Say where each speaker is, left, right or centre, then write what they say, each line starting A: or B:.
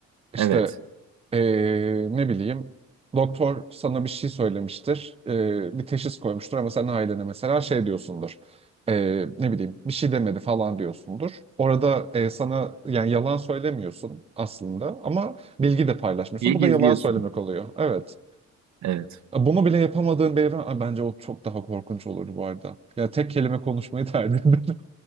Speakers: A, on the right; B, on the right.
A: İşte
B: Evet.
A: e, ne bileyim doktor sana bir şey söylemiştir. e, bir teşhis koymuştur ama sen ailene mesela şey diyorsundur. E, ne bileyim bir şey demedi falan diyorsundur. Orada e, sana yani yalan söylemiyorsun aslında ama bilgi de paylaşmıyorsun.
B: İyi
A: Bu
B: gizliyorsun.
A: da yalan söylemek oluyor. Evet.
B: Evet.
A: Bunu bile yapamadığın bir evren Ay, bence o çok daha korkunç olurdu bu arada. Ya tek kelime konuşmayı tercih ederim.